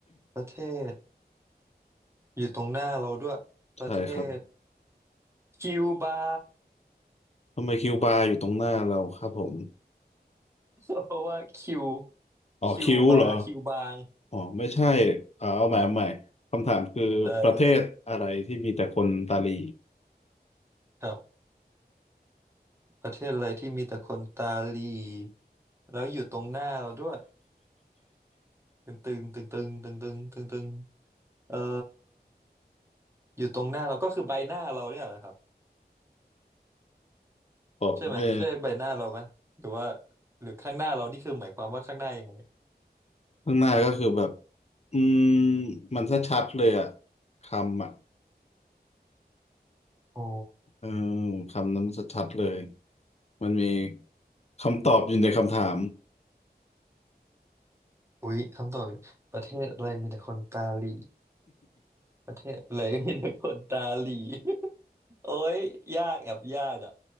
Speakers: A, on the right; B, on the left.
A: ประเทศอยู่ตรงหน้าเราด้วยประเทศ
B: ใช่ครับ
A: คิวบา
B: ทำไมคิวบาร์อยู่ตรงหน้าเราครับผม
A: เพราะว่าคิว
B: อ๋อคิวเหรอ
A: คิวบาคิวบาง
B: อ๋อไม่ใช่อ่าเอาใหม่เอาใหม่คำถามคือประเทศอะไรที่มีแต่คนตาหลี
A: ได้เลยครับประเทศอะไรที่มีแต่คนตาหลีแล้วอยู่ตรงหน้าเราด้วยตึงตึงตึงตึงตึงตึงตึงตึงเอ่ออยู่ตรงหน้าเราก็คือใบหน้าเราเนี่ยแหละครับ
B: บอกแม่
A: ใช่ไหมใช่ใบหน้าเราไหมหรือว่าหรือข้างหน้าเรานี่คือหมายความว่าข้างหน้ายังไง
B: ข้างหน้าก็คือแบบอืมมันชัดๆเลยอะคำอะ
A: อ๋อ
B: เออคำนั้นชัดๆเลย มันมีคำตอบอยู่ในคำถาม
A: อุ๊ยคำตอบประเทศอะไรมีแต่คนตาหลีประเทศอะไร <laughs> มีแต่คนตาหลี <laughs> โอ้ยยากแอบยากอ่ะ